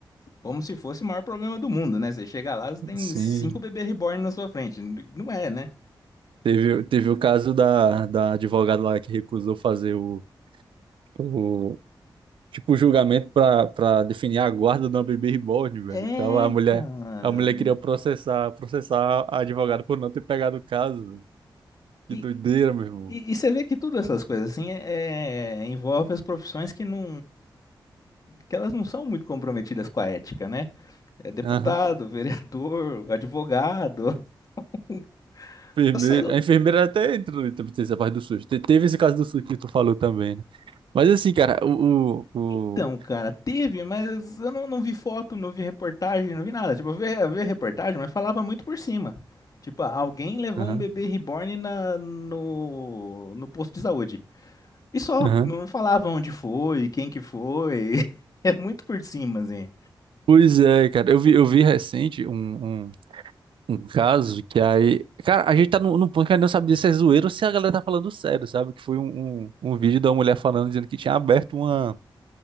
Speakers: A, on the left; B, on the right.
A: Como se fosse o maior problema do mundo, né? Você chega lá, você tem
B: Sim.
A: cinco bebê reborn na sua frente. Não é, né?
B: Teve, teve o caso da, da advogada lá que recusou fazer o, o tipo, o julgamento pra, pra definir a guarda de uma bebê reborn, velho.
A: É,
B: Tava a mulher,
A: cara.
B: a mulher queria processar, processar a advogada por não ter pegado o caso, velho. Que
A: E,
B: doideira, meu irmão.
A: e, e você vê que todas essas coisas assim é, é, envolve as profissões que não, que elas não são muito comprometidas com a ética, né? É deputado,
B: Aham.
A: vereador, advogado, <laughs>
B: Enfermeira.
A: sei
B: A enfermeira até entrou em essa parte do SUS. Te- Teve esse caso do SUS que tu falou também, né? Mas assim, cara, o... o,
A: Então,
B: o...
A: cara, teve, mas eu não, não vi foto, não vi reportagem, não vi nada. Tipo, eu vi, eu vi a reportagem, mas falava muito por cima. Tipo, ah, alguém levou
B: Aham,
A: um bebê reborn na, no, no posto de saúde. E só,
B: aham.
A: não falava onde foi, quem que foi. <laughs> É muito por cima, assim.
B: Pois é, cara. Eu vi, eu vi recente um, um, um caso que aí... Cara, a gente tá num num ponto que a gente não sabe se é zoeiro ou se a galera tá falando sério, sabe? Que foi um, um, um vídeo da mulher falando, dizendo que tinha aberto uma,